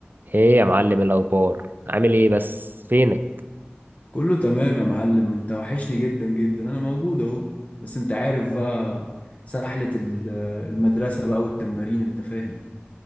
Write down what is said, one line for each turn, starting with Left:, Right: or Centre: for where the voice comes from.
Right: ايه يا معلم الاخبار عامل ايه بس فينك
Left: كله تمام يا معلم انت وحشني جدا جدا انا موجود اهو بس انت عارف بقى سحلة ال- المدرسة بقى والتمارين انت فاهم